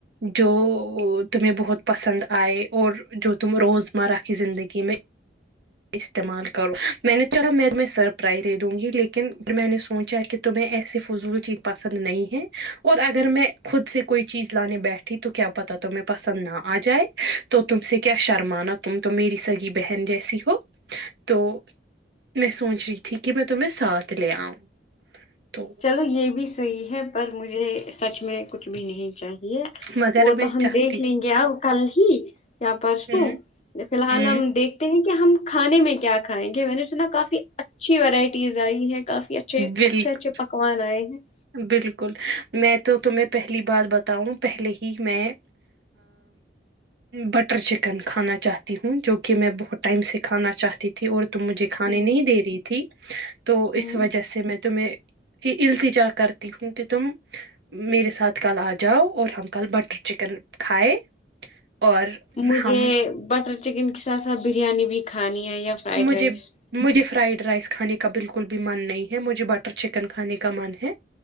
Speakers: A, on the right (about 70°); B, on the left (about 35°).
A: جو تمہیں بہت پسند آئے اور جو تم روز مرہ کی زندگی میں استعمال کرو میں نے چلاا میں میں سرپرائز دے دوں گی لیکن پھر میں نے سوچا کہ تمہیں ایسی فضول چیز پسند نہیں ہے اور اگر میں خود سے کوئی چیز لانے بیٹھی تو کیا پتا تمہیں پسند نہ آ جائے تو تم سے کیا شرمانا تم تو میری سگی بہن جیسی ہو تو میں سوچ رہی تھی کہ میں تمہیں ساتھ لے آؤں تو
B: چلو یہ بھی صحیح ہے پر مجھے سچ میں کچھ بھی نہیں چاہیے
A: مگر
B: وہ
A: میں
B: تو ہم
A: چاہتی
B: دیکھ لیں گے اب کل ہی یا پرسوں
A: ہوں
B: فی الحال
A: ہوں
B: ہم دیکھتے ہیں کہ ہم کھانے میں کیا کھائیں گے میں نے سنا کافی اچھی ورائٹیز آئی ہے کافی اچھے
A: بالکل
B: اچھے اچھے نہیںائ <unintelligible>
A: بالکل میں تو تمہ پہلی بات بتاؤں پہلے ہی میں بٹر چکن کھانا چاہتی ہوں جو کہ میں بہت ٹائم سے کھانا چاہتی تھی اور تم مجھے کھانے
B: ہوں
A: نہیں دے رہی تھی تو
B: ہوں
A: اس وجہ سے میں تمہیں یہ علتی جا کرتی ہوں کہ تم میرے ساتھ کل آ جاؤ اور ہم کل بٹر چکن کھائے اور
B: مجھے
A: ہم
B: بٹر چکن کے ساتھ ساتھ بریانی بھی کھانی ہے یا فرائڈ
A: مجھے
B: رائس
A: مجھے فرائڈ رائس کھانے کا کا بالکل بھی من نہیں ہے مجھے بٹر چکن کھانے کا من ہے